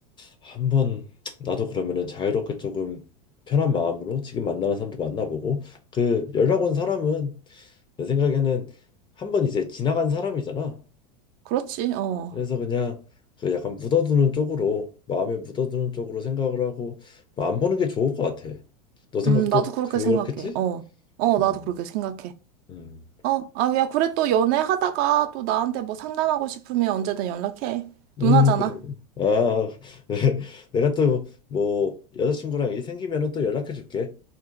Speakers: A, on the left; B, on the right.
A: 한번 나도 그러면은 자유롭게 조금 편한 마음으로 지금 만나는 사람도 만나보고 그 연락 온 사람은 내 생각에는 한 번 이제 지나간 사람이잖아.
B: 그렇지, 어.
A: 그래서 그냥 그 약간 묻어두는 쪽으로 마음에 묻어두는 쪽으로 생각을 하고 뭐안 보는 게 좋을 것 같아. 너 생각도
B: 음, 나도 그렇게
A: 그렇겠지?
B: 생각해. 어. 어,
A: 음,
B: 나도 그렇게 생각해.
A: 음,
B: 어, 아, 야, 그래 또 연애하다가 또 나한테 뭐 상담하고 싶으면 언제든 연락해.
A: 음,
B: 누나잖아.
A: 그래. 아, <laughs> 내가 또 뭐 여자친구랑 일 생기면은 또 연락해 줄게.